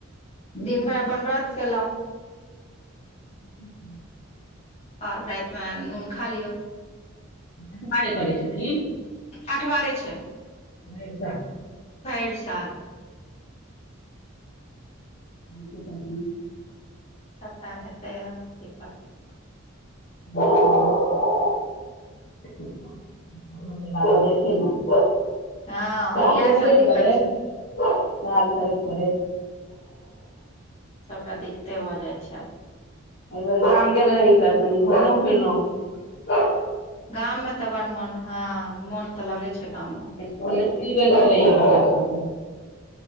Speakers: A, on the left; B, on the left.
A: नीके
B: दिनभर अपन व्रत कलहुँ
A: जी
B: आओर रातिमे नून खा लिअ
A: अठवारे करै छथिन
B: अठवारे छै
A: भैरसाल
B: भैर साल
A: त करती
B: सबटा हेते य क करते लोक
A: <unintelligible>
B: हँ
A: काज
B: याह
A: करैत
B: सब दिक्कत
A: करैत
B: छै
A: काज करैत करैत
B: सभटा दिक्कते भऽ जाइ छै
A: एहि बेर गाम गेल रहि तऽ कनी घुमलो फिरलहु
B: गाम में तऽ बड़ मन हँ मोन तऽ लगे छै गाम मे
A: स्कुल खुलि गेल छलैए बच्चा सबके